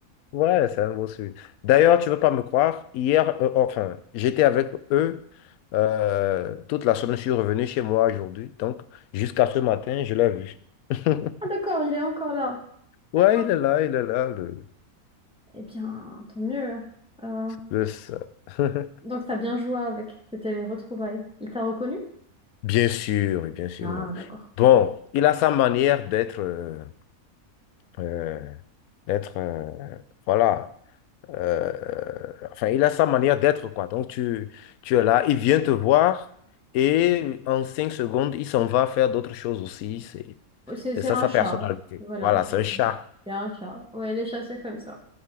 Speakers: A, on the left; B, in the centre.
A: Ouais, c'est un beau sujet. D'ailleurs, tu ne veux pas me croire, hier, euh, enfin, j'étais avec eux euh, toute la semaine, je suis revenu chez moi aujourd'hui, donc jusqu'à ce matin, je l'ai vu. <laughs>
B: Ah, d'accord, il est encore là. D'accord.
A: Ouais, il est là, il est là, le,
B: Eh bien, tant mieux. hein. Euh,
A: le seul. <laughs>
B: donc, t'as bien joué avec. C'était les retrouvailles. Il t'a reconnu?
A: Bien sûr, oui, bien sûr.
B: Ah,
A: mais
B: d'accord.
A: Bon, il a sa manière d'être, euh, euh, d'être, euh, voilà. Euh, enfin, il a sa manière d'être, quoi. Donc, tu, tu es là, il vient te voir et en cinq secondes, il s'en va faire d'autres choses aussi. C'est,
B: Ouais, C'est
A: c'est
B: c'est
A: ça
B: un
A: sa
B: chat.
A: personnalité.
B: Voilà,
A: Voilà, c'est
B: c'est
A: un chat.
B: c'est un chat. Ouais, les chats, c'est comme ça.